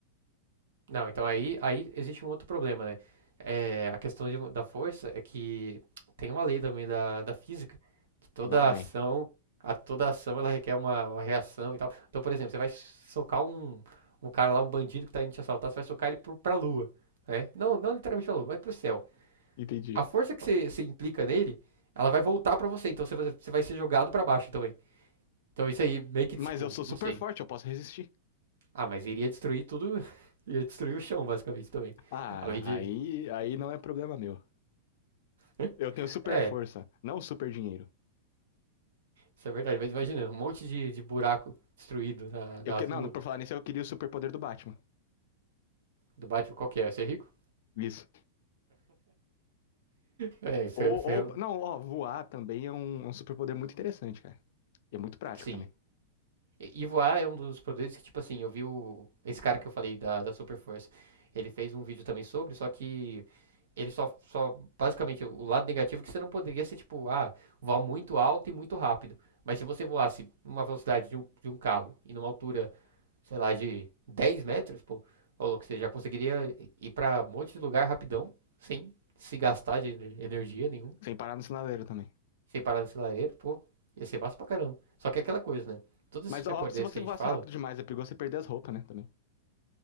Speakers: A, on the right (about 85°); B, on the left (about 50°).
A: Não, então aí, aí existe um outro problema, né? É, a questão de- da força é que tem uma lei também da, da física que toda
B: Lá vem.
A: ação, a toda ação ela requer uma, uma reação e tal. Então, por exemplo, você vai socar um, um cara lá, um bandido que tá indo te assaltar, você vai socar ele pro, pra lua, né? Não, não literalmente pra lua, mas pro céu.
B: Entendi.
A: A força que você, você implica nele, ela vai voltar pra você, então você, vai- você vai ser jogado pra baixo também. Então isso aí meio
B: Mas
A: que tipo,
B: eu sou super
A: não sei.
B: forte, eu posso resistir.
A: Ah, mas iria destruir tudo, <laughs> ia destruir o chão basicamente também.
B: Ah,
A: Além de
B: aí, aí não é problema meu.
A: <laughs>
B: Eu tenho super
A: É,
B: força, não super dinheiro.
A: isso é verdade. Mas imagina, um monte de, de buraco destruído na, na
B: Eu que,
A: rua
B: não, por falar nisso, eu queria o superpoder do Batman.
A: do Batman. Qual que é? Ser rico?
B: Isso.
A: É, isso
B: Ou,
A: é, isso
B: ou
A: é-
B: não, ó, voar também é um, um superpoder muito interessante, cara. E é muito prático
A: Sim.
B: também.
A: E e voar é um dos poderes que, tipo assim, eu vi o... Esse cara que eu falei da, da Super Force. Ele fez um vídeo também sobre, só que ele só, só. Basicamente, o lado negativo é que você não poderia ser, tipo, ah, voar muito alto e muito rápido. Mas se você voasse uma velocidade de um, de um carro e numa altura sei lá, de 10 metros, pô, ô louco, você já conseguiria ir pra um monte de lugar rapidão, sem se gastar de ener- energia nenhuma,
B: Sem parar no sinaleiro também.
A: sem parar no lareiro, pô, ia ser massa pra caramba. Só que é aquela coisa, né? Todos esses
B: Mas
A: superpoderes
B: ó, se você
A: que a
B: voasse
A: gente fala,
B: rápido demais, é perigoso você perder as roupas, né? Também.